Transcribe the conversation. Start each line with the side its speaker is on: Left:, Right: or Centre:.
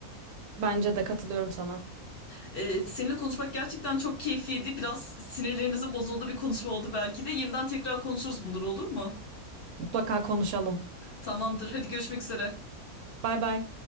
Right: Bence de katılıyorum sana.
Left: Ee, seninle konuşmak gerçekten çok keyifliydi. Biraz sinirlerimizin bozulduğu bir konuşma oldu belki de. Yeniden tekrar konuşuruz bunları olur mu?
Right: Mutlaka konuşalım.
Left: Tamamdır. Hadi görüşmek üzere.
Right: Bay bay.